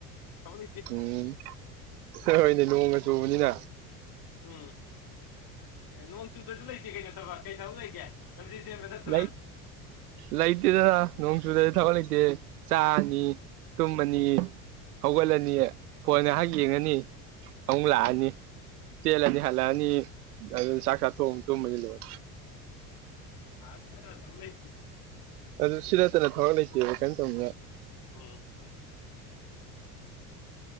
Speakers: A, on the left (about 50°); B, on the right (about 85°).
A: ꯊꯕꯛ ꯂꯩꯇꯦ
B: ꯎꯝ ꯍ ꯍꯣꯏꯅꯦ ꯅꯣꯡꯒ ꯆꯨꯕꯅꯤꯅ
A: ꯎꯝ ꯅꯣꯡꯆꯨꯗꯁꯨ ꯂꯩꯇꯦ ꯀꯩꯅꯣ ꯊꯕꯛ ꯀꯩ ꯊꯕꯛ ꯂꯩꯒꯦ ꯂꯝꯖꯦꯜ ꯆꯦꯟꯕ ꯅꯠꯇꯅ
B: ꯂꯩ ꯂꯩꯇꯦꯗꯅ ꯅꯣꯡ ꯆꯨꯗꯗꯤ ꯊꯕꯛ ꯂꯩꯇꯦ ꯆꯥꯅꯤ ꯇꯨꯝꯃꯅꯤ ꯍꯧꯒꯠꯂꯅꯤ
A: ꯎꯝ
B: ꯐꯣꯟ ꯉꯥꯏꯍꯥꯛ ꯌꯦꯡꯉꯅꯤ ꯑꯃꯨꯛ ꯂꯥꯛꯑꯅꯤ
A: ꯎꯝ
B: ꯆꯦꯜꯂꯅꯤ ꯍꯜꯂꯛꯑꯅꯤ ꯑꯗꯨ ꯆꯥꯛ ꯆꯥꯊꯣꯡꯑꯨꯛ ꯆꯨꯝꯕꯅꯤ ꯂꯣꯏꯔꯅꯤ
A: ꯑꯗꯨ꯭ꯔ ꯆꯂꯥꯏ <unintelligible>
B: ꯑꯗꯨ ꯁꯤ ꯅꯠꯇꯅ ꯊꯕꯛ ꯂꯩꯇꯦꯕ ꯀꯩꯅꯣ ꯇꯧꯅꯤꯅ
A: ꯎꯝ